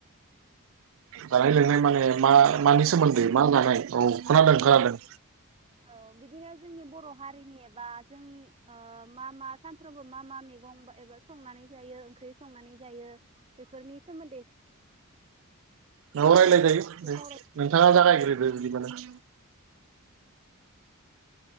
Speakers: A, on the right (about 65°); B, on the right (about 25°).
A: जानाय लोंनाय माने मा
B: हेलौ
A: मानि सोमोन्दै? मा जानाय औ खोनादों खोनादों।
B: औ बिदिनो जोंनि बर' हारिनि एबा जों ओ मा मा सानफ्रोमबो मा मा मैगं एबा संनानै जायो ओंख्रि संनानै जायो बेफोरनि सोमोन्दै
A: <unintelligible> <unintelligible> नोंथाङा
B: एसे सावराय
A: जागायग्रोदो बिदिब्लालाय।